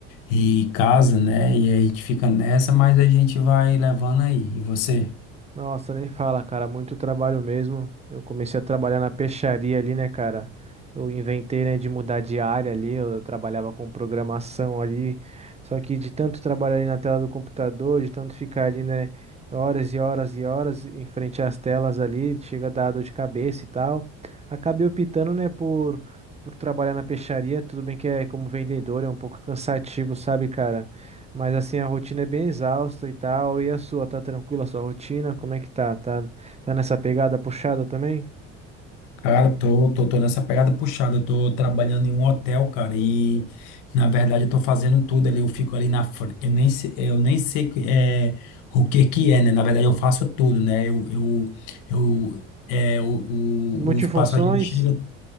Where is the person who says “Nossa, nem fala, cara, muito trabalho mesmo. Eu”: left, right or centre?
Right